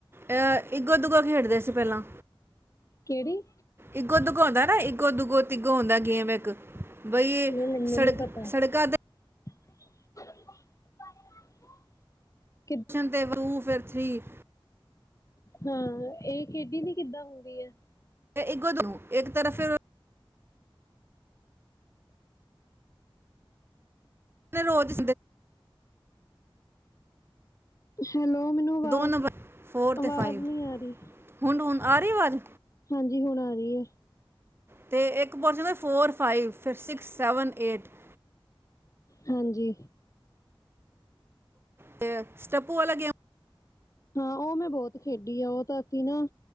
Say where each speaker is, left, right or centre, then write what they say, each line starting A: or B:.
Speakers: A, on the right; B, on the left.
A: ਅ ਇਗੋ ਦੁੱਗੋ ਖੇਡਦੇ ਸੀ ਪਹਿਲਾਂ
B: ਕਿਹੜੀ
A: ਇਗੋ ਦੁਗੋ ਹੁੰਂਦਾ ਨਾ ਇੱਗੋ ਦੂਗੋ ੋ ਤਿਗੋ ਹ ਦਾ ਗੇਮ ਇੱਕ <unintelligible> ਬਈ
B: ਨਹੀਂ ਮੈਨੂੰ
A: ਸੜਕ
B: ਨੀ ਪਤਾ
A: ਸੜਕਾਂ ਤੇ
B: <inaudible>
A: ਦਸ਼ਨ ਤੇ ਰੂਹ ਫਿਰ <unintelligible> ਪ ਥੀ <unintelligible>
B: ਹਾਂ ਇਹ ਖੇਡੀ ਦੀ ਕਿੱਦਾਂ ਹੁੰਦੀ ਹੈ
A: ਮੈਂ ਇੱਕਗੋ ਦ ਇੱਕ ਤਰਫ ਫਿਰ <unintelligible> ਰੋਜ਼
B: ਹੈਲੋ ਮੈਨੂੰ ਆਵਾਜ਼
A: ਦੋ ਨੰਬਰ ਫੋਰ
B: ਆਵਾਜ਼
A: ਤੇ ਫਾਈਵ
B: ਨਹੀਂ ਆ ਰਹੀ
A: ਹੁਣ ਹੁਣ ਆ ਰਹੀ ਅਵਾਜ਼
B: ਹਾਂਜੀ ਹੁਣ ਆ ਰਹੀ ਹੈ
A: ਅਤੇ ਇੱਕ ਪੋਰਚਸ਼ਨ ਦਾ ਫੋਰ ਫਾਈਵ ਫ ਸਿਕਸ ਸੈਵਨ ਏਟ <unintelligible>
B: ਹਾਂਜੀ
A: ਤੇ ਸਟੱਪੂ ਵਾਲਾ ਗੇਮ
B: ਹਾਂ ਉਹ ਮੈਂ ਬਹੁਤ ਖੇਡੀ ਆ ਉਹ ਤਾਂ ਅਸੀਂ ਨਾ